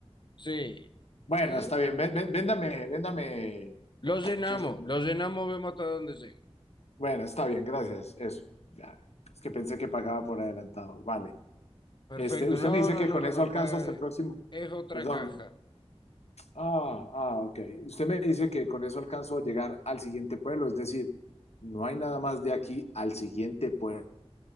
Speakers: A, on the left (about 45°); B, on the left (about 80°).
A: sí.
B: Bueno,
A: ¿Eh?
B: está bien, ven- ven- véndame, véndame,
A: Lo llenamos,
B: qué sé yo.
A: lo llenamos, vemos hasta dónde llega.
B: Bueno, está bien, gracias, eso. Ya, Es que pensé que pagaba por adelantado, vale.
A: Perfecto,
B: Este, usted
A: no,
B: me dice
A: no,
B: que
A: no,
B: con
A: no,
B: eso
A: no,
B: alcanzo
A: pa-
B: hasta el próximo,
A: es otra
B: perdón,
A: caja.
B: Ah, ah, ok. Usted me dice que con eso alcanzo a llegar al siguiente pueblo, es decir, no hay nada más de aquí al siguiente pueblo,